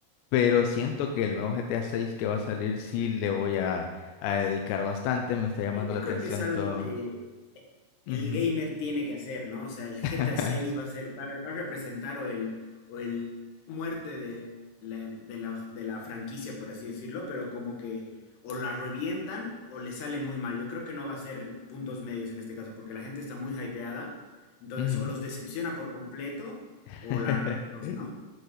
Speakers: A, on the left; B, on the left.
A: pero siento que el nuevo GTA 6 que va a salir sí le voy a, a dedicar bastante, me está llamando
B: Yo
A: la atención
B: creo que es algo
A: todo.
B: que
A: Ujú.
B: el gamer tiene que hacer, ¿no? O sea, el GTA
A: <laughs>
B: 6 va a ser, va, va a representar o el, o el muerte de la, de la, de la franquicia, por así decirlo, pero como que o la revientan o le sale muy mal. Yo creo que no va a ser puntos medios en este caso, porque la gente está muy hypeada, entonces
A: Ujú.
B: o los decepciona por completo
A: <laughs>
B: o la, ¿no?